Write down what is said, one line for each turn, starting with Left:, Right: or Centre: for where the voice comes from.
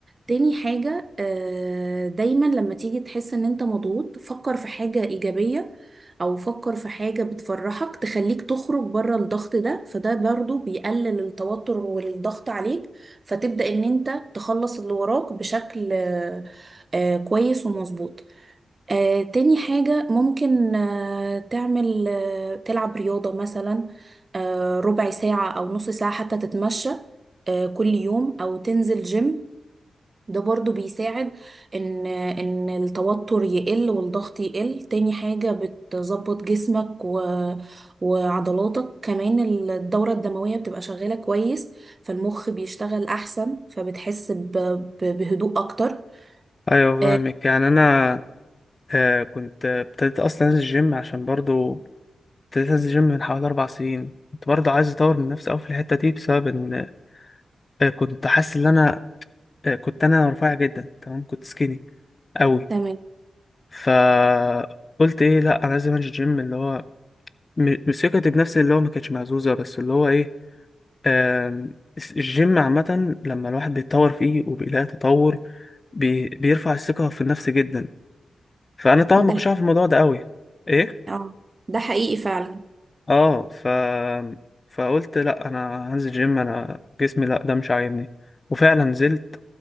Right: تاني حاجة آه دايما لما تيجي تحس ان انت مضغوط فكر في حاجة إيجابية أو فكر في حاجة بتفرحك تخليك تخرج بره الضغط ده فده برضو بيقلل التوتر والضغط عليك فتبدأ ان انت تخلص اللي وراك بشكل آه آه كويس ومظبوط آه، تاني حاجة ممكن آه، تعمل آه، تلعب رياضة مثلا آه، ربع ساعة أو نص ساعة حتى تتمشى آه، كل يوم أو تنزل جيم ده برضو بيساعد إن إن التوتر يقل والضغط يقل تاني حاجة بتظبط جسمك و... وعضلاتك كمان الدورة الدموية بتبقى شغالة كويس فالمخ بيشتغل أحسن فبتحس ب... ب- بهدوء أكتر
Left: أيوة فاهمك
Right: آه،
Left: يعني أنا آه، كنت ابتديت أصلا أنزل الجيم عشان برضو ابتديت انزل جيم من حوالي اربع سنين كنت برضه عايز اطور من نفسي قوي في الحته دي بسبب ان آه، كنت حاسس ان انا آه، كنت انا رفيع جدا تمام كنت سكيني قوي
Right: تمام
Left: فقلت ايه لا انا لازم انزل جيم اللي هو م- ثقتي بنفسي اللي هو ما كانتش مهزوزه بس اللي هو ايه آم، الجيم عامه لما الواحد بيتطور فيه وبيلاقي تطور بي- بيرفع الثقه في النفس جدا فانا طبعا ما
Right: ده
Left: كنتش عارف الموضوع ده قوي ايه
Right: اه ده حقيقي فعلا
Left: اه ف فقلت لا انا هنزل جيم انا جسمي لا ده مش عاجبني وفعلا نزلت